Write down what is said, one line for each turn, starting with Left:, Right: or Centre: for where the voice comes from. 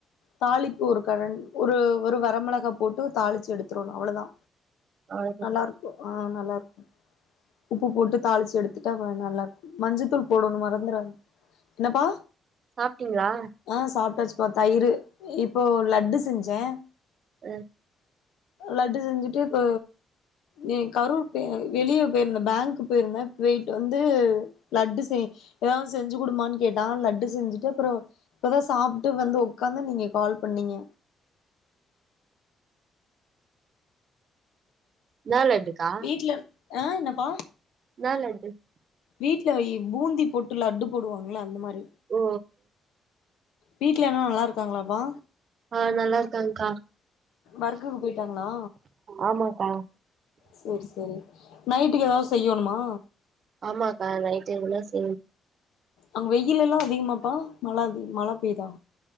Left: தாளிப்பு ஒரு கரண் ஒரு ஒரு வரமிளகா போட்டு தாளிச்சு எடுத்துரோணு அவ்ளதா
Right: அவ்ளோதா
Left: நல்லாரு அ நல்லாருக்கு உப்பு போட்டு தாழுச்சு எடுத்துட்டா அ நல்லாருக்கு மஞ்ச தூள் போடோனு மறந்துறாத என்னப்பா
Right: சாப்டீங்ளா
Left: அ சாப்டாச்சுப்பா தயிரு இப்போ லட்டு செஞ்சே
Right: அ
Left: லட்டு செஞ்சுட்டு இப்ப நீ கரூர் போ வெளியே போயிருந்தே பேங்க் போயிருந்தே போய்ட்டு வந்து லட்டு செய் எதாவது செஞ்சு குடுமான்னு கேட்டா லட்டு செஞ்சுட்டு அப்புறோ இப்பதா சாப்ட்டு வந்து உக்காந்தே நீங்க கால் பண்ணீங்க
Right: என்னா லட்டுக்கா
Left: வீட்ல ஆ என்னப்பா
Right: என்ன லட்டு
Left: வீட்ல பூந்தி போட்டு லட்டு போடுவாங்களா அந்த மாரி
Right: ஓ
Left: வீட்ல என்னா நல்லா இருக்காங்களாப்பா
Right: ஆ நல்லா இருக்காங்க்கா
Left: ஒர்க்குக்கு போயிட்டாங்களா
Right: ஆமாக்கா
Left: சேரி சேரி நைட்டுக்கு எதாவது செய்யோணுமா
Right: ஆமாக்கா நைட்டு எதனா செய்
Left: அங்க வெயிலெல்லா அதிகமாப்பா மழ மழ பெய்யுதா